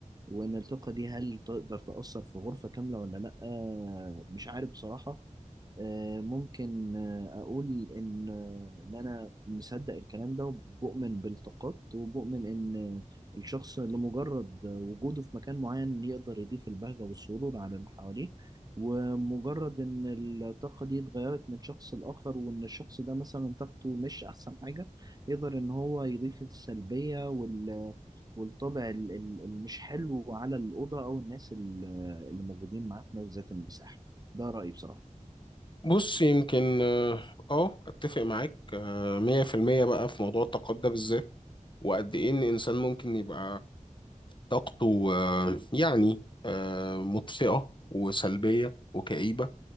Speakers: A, on the right; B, on the left.
A: وان الثقه دي هل تقدر تاثر في غرفه كامله ولا لا آه، مش عارف بصراحه آه، ممكن آه، اقول ان آه، ان انا مصدق الكلام ده وبؤمن بالطاقات وبؤمن ان الشخص لمجرد وجوده في مكان معين يقدر يضيف البهجه والسرور على اللي حواليه ومجرد ان الطاقه دي اتغيرت من شخص لاخر وان الشخص ده مثلا طاقته مش احسن حاجه يقدر ان هو يضيف السلبيه والطابع ال- ال- المش حلو على الأوضة أو الناس ال- اللي موجودين معاه في نفس ذات المساحة ده رأيي بصراحة
B: بص يمكن اه آه، اتفق معاك آه، 100% بقى في موضوع الطاقات ده بالذات وقد ايه ان انسان ممكن يبقى طاقته آه، يعني آه، مطفئه وسلبيه وكئيبه